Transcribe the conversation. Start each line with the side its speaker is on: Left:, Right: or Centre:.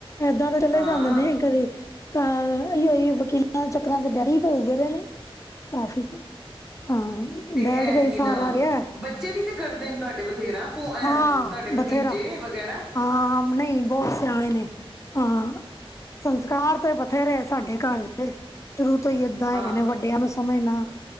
Left: ਏਦਾਂ ਦੇ ਚਲੇ
Centre: ਹਾਂ
Left: ਜਾਂਦੇ ਨੇ ਕਦੀ ਅਹੀੳ ਅਹੀੳ ਵਕੀਲਾਂ ਦੇ ਚੱਕਰਾਂ ਚ ਡੈਡੀ ਭਜਦੇ ਰਹੇ ਨੇ ਕਾਫ਼ੀ ਹਾਂ
Centre: ਤੇ
Left: ਡੈਡੀ
Centre: ਇਹ
Left: ਦਾ
Centre: ਕੀ
Left: ਸਹਾਰਾ
Centre: ਨਾ
Left: ਰੇਹਾ
Centre: ਬੱਚੇ ਵੀ ਤੇ ਕਰਦੇ ਨ ਤੁਹਾਡੇ ਬਥੇਰਾ ਭੁਅ ਐ
Left: ਹਾਂ
Centre: ਤੁਹਾਡੇ ਭਤੀਜੇ
Left: ਬਥੇਰਾ
Centre: ਵਗੈਰਾ
Left: ਹਾਂ ਨਹੀਂ ਬੋਤ ਸਿਆਣੇ ਨੇ ਆ ਸੰਸਕਾਰ ਤੇ ਬਥੇਰੇ ਸਾਡੇ ਘਰ ਸ਼ੁਰੂ ਤੋਂ ਹੀ ਏਦਾਂ
Centre: ਹਾਂ
Left: ਹੇਗੇ ਨੇ ਵੱਡੇਆਂ ਨੂੰ ਸਮਜਨਾ